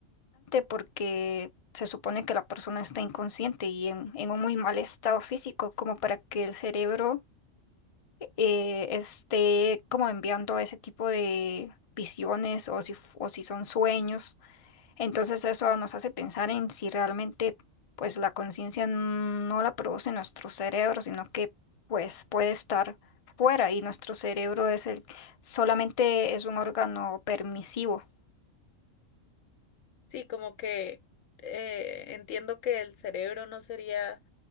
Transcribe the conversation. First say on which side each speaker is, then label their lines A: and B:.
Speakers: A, on the left; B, on the left.
A: porque se supone que la persona está inconsciente y en, en un muy mal estado físico, como para que el cerebro eh, esté como enviando ese tipo de visiones o si, f- o si son sueños. Entonces eso nos hace pensar en si realmente pues la conciencia no la produce nuestro cerebro, sino que pues puede estar fuera y nuestro cerebro es el solamente es un órgano permisivo.
B: Sí, como que eh, entiendo que el cerebro no sería